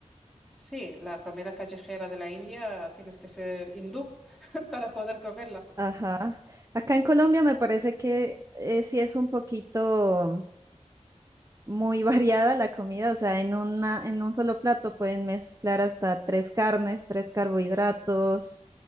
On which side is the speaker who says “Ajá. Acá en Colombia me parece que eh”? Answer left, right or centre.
Right